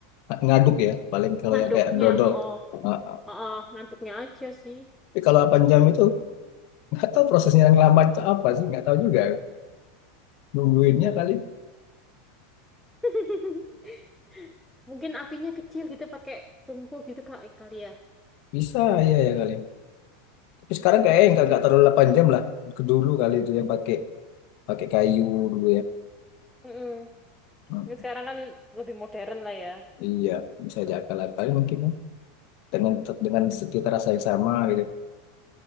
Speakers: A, on the left; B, in the centre.
A: ngaduk ya paling kalau
B: ngaduknya
A: yang kayak dodol
B: oh
A: Ah,
B: oh ngaduknya aja sih
A: tapi kalau 8 jam itu nggak tahu prosesnya yang lama itu apa sih nggak tahu juga nungguinnya kali
B: <laughs> mungkin apinya kecil gitu pakai tungku gitu kali kali ya
A: bisa iya ya kali tapi sekarang kayaknya nggak nggak terlalu 8 jam lah ke dulu kali itu yang pakai pakai kayu dulu
B: Mm-mm.
A: ya
B: Ini sekarang kan lebih modern lah ya.
A: Iya, bisa diakal akali mungkin ya. Dengan dengan cita rasa yang sama gitu.